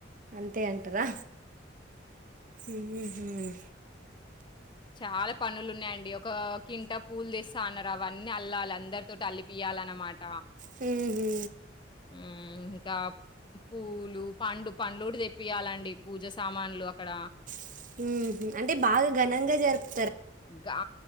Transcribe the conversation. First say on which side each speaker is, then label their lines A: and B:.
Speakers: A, on the right; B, on the left.
A: అంతే అంటారా మ్మ్ మ్మ్ హు
B: చాలా పనులు ఉన్నాయండి ఒక కింట పూలు తేస్తా అన్నారు అవన్నీ అల్లాలి అందరితోటి అల్లిపియా అనమాట
A: మ్మ్ హు
B: హ్మ్. ఇంకా పూలు పండు పండ్లు గూడా తెప్పియాలండి పూజ సామాన్లు అక్కడ
A: మ్స్ హు అంటే బాగా ఘనంగా జరుపు
B: గా